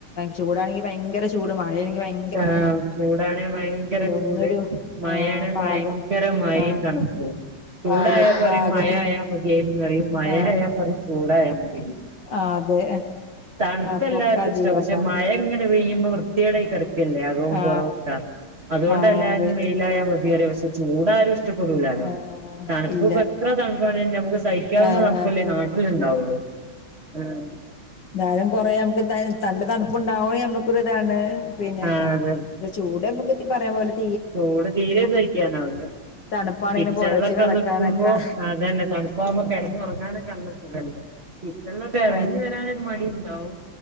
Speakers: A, on the left; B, on the right.
A: ചൂടാണെങ്കിൽ ഭയങ്കര ചൂട് മഴയങ്ക പയങ്ക
B: ആഹ്‌ ചൂടാണ് ഭയങ്കര ചൂട്
A: ഒന്നൊരു
B: മഴയാണ്
A: ആ പാക
B: ഭയങ്കര മഴയും.
A: ആ
B: ഓഹ്‌ ചുടായ
A: പാക
B: പറിയും
A: പാകത്തിന്
B: മായായ മതിയെന്നറിയും മായയാ
A: ആ
B: പറയും ചുടായ മതി
A: ആ അതെ
B: തണുപ്പല്ലാർക്കും
A: അപ്പൊക്കെ അധികാക്കാരം
B: ഇഷ്ടം പക്ഷെ മഴങ്ങനെ പെയ്യുമ്പോ വൃത്തികേടയ്ക്കണ്. അകവും
A: ആ
B: പുറവുംക്കാ അതുകൊണ്ട്
A: ആ
B: എല്ലാരും
A: അതെ
B: മെയിലായ മതിയറിയും
A: ആ
B: പക്ഷെ ചൂടാരും ഇഷ്ടപെടുല. ട്ടുലാലോ
A: ആ
B: തണുപ്പ്‌
A: ഇല്ല
B: ഇപ്പ എത്ര തണുപ്പണേലും നമുക്ക് സഹിക്കാവുന്ന
A: ആഹ്
B: തണുപ്പല്ലേ നാട്ടിലുണ്ടാവുള്ളൂ ഉം
A: എന്തയാലും കൊറെ നമുക്ക് നല്ല തണുപ്പുണ്ടാവ നമ്മുക്കൊരിതാണ് പിന്നെ
B: ആ അതെ
A: ചൂട് നമുക് പറഞ പോലെന്നെ
B: ചൂട് തീരെ സഹിക്കാനാവുന്നില്ല
A: തണുപ്പാണെങ്കിലും
B: കിച്ചണിലൊക്കെ
A: പൊതച്ച് കെടക്കാനൊക്കെ
B: നിക്കുമ്പോ അതന്നെ തണുപ്പാവുമ്പോ കെടന്നുറങ്ങാനൊക്ക
A: ആഹ്
B: തോന്നും അതന്നെ കിച്ചൻല്ലൊക്കെ ഇറങ്ങി
A: മ
B: വരാനൊരു മടി ഉണ്ടാവും.